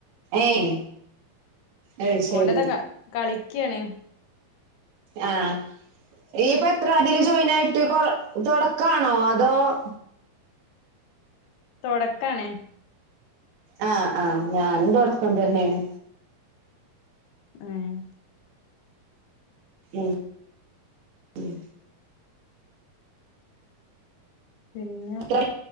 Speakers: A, on the right; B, on the left.
A: ഏയ് അത് ശരി
B: ഓന അതാ കളിക്കണേ
A: ആഹ് നീ ഇപ്പയെത്ര അതില് ജോയിൻ ആയിട്ട് കൊ തൊടാക്കാണോ അതോ-
B: തൊടക്കാണേ
A: ആഹ് ആഹ് ഞാനും തൊടക്കം തന്നെയാണ്
B: ആഹ്
A: ഉം ഉം
B: പിന്നെ
A: ഇത്ര